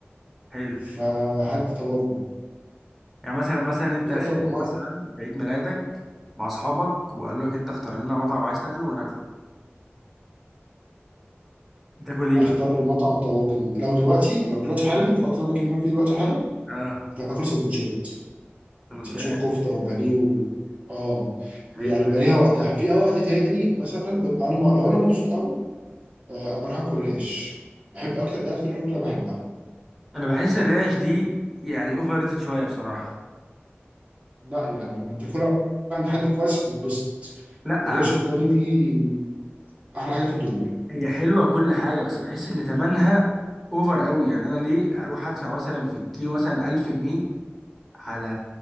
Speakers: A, in the centre; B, on the right.
A: حلو
B: فهدي طواجن
A: يعني مثلا مثلا انت خارج
B: طالبه معايا
A: مثلا في عيد ميلادك مع اصحابك وقالوا لك انت اختار لنا مطعم عايز تاكله وناكله بتاكل ايه
B: اختار
A: مثلا
B: مطعم طواجن لو دلوقتي لو دلوقتي حالا في الوقت اللي انا بكلمك فيه دلوقتي حالا
A: اه
B: كنت هاكل سندوتشات
A: سندوتشات
B: سندوتشات كفته وبانيه و... اه
A: حلو
B: يعني بيبقى ليها وقتها في وقت تاني مثلا ببقى انا م... لو انا مبسوط قوي آه، اروح اكل ريش بحب اكتر ده اكتر اكله بحبها
A: انا بحس الريش دي يعني اوفر ريتد شويه بصراحه
B: لا يعني لما تاكلها عند حد كويس بتتبسط
A: لا
B: الريش الضاني دي احلى حاجه في الدنيا
A: هي حلوه كل حاجه بس بحس ان تمنها اوفر قوي يعني انا ليه اروح ادفع مثلا في الكيلو مثلا 1000 جنيه على